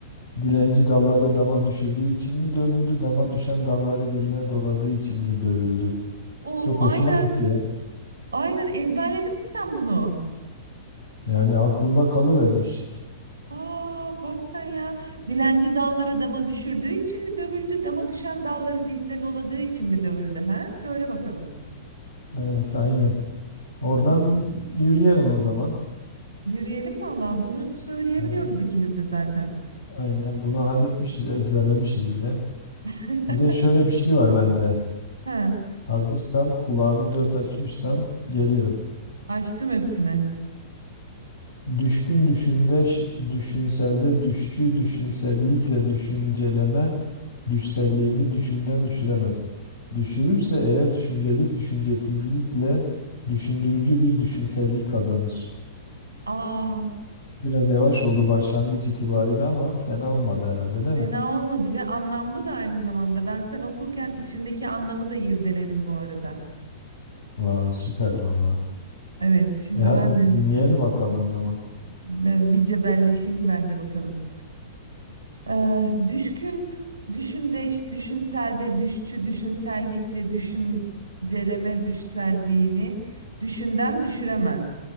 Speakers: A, on the left; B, on the right.
A: Dilenci dalları dama düşürdüğü için mi dövüldü? Dama düşen dalları diline doladığı için mi dövüldü?
B: Of
A: Çok
B: aynen.
A: hoşuma gitti ya.
B: Aynen ezberledin mi sen bunu?
A: Yani aklımda kalıvermiş.
B: Aa bak sen ya. Dilenci dalları dama düşürdüğü için mi dövüldü? Dama düşen dalları diline doladığı için mi dövüldü? Ha? Söyle bakalım.
A: Evet, aynen. Oradan yürüyelim o zaman.
B: Yürüyelim valla bunu söyleyebiliyoruz
A: Ee,
B: ikimiz de zaten.
A: aynen bunu halletmişiz, ezberlemişiz bile.
B: <laughs>
A: Bir de şöyle bir şey var bende.
B: Ha,
A: Hazırsan, kulağını dört açmışsan geliyor.
B: açtım hepsini.
A: Düşkün düşündeş, düşünselde düşçü, düşünsellikle düşünceleme, düşselliğini düşünden düşüremez. Düşürürse eğer düşüncelik düşüncesizlikle düşündürücü bir düşünsellik kazanır.
B: Aa,
A: Biraz yavaş oldu başlangıç itibariyle ama fena olmadı herhalde değil
B: fena
A: mi?
B: olmadı ve anlamlı da aynı zamanda. Ben sen okurken içindeki anlamı da irdeledim bu arada.
A: Vay süper valla.
B: Evet, şimdi
A: E hadi
B: ben de
A: dinleyelim bakalım o zaman.
B: ben bir cebelleşeyim ben de bakalım. Ee, düşkün, düşündeş, düşünselde, düşçü, düşünsellikle, düşünceleme, düşselliğini düşünden düşüremez.